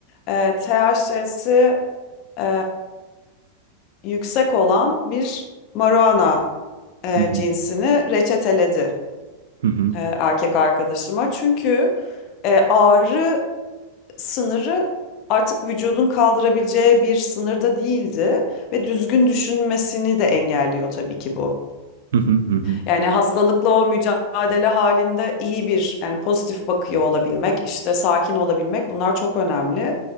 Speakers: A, on the left; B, on the right.
A: e, THC'si e, yüksek olan bir marijuana e,
B: Hı hı.
A: cinsini reçeteledi
B: Hı hı. Hı hı.
A: e, erkek arkadaşıma. Çünkü e, ağrı sınırı artık vücudun kaldırabileceği bir sınırda değildi ve düzgün düşünmesini de engelliyor tabii ki bu.
B: Hı hı. Hı hı.
A: Yani hastalıkla o mücadele halinde iyi bir yani pozitif bakıyor olabilmek, işte sakin olabilmek bunlar çok önemli.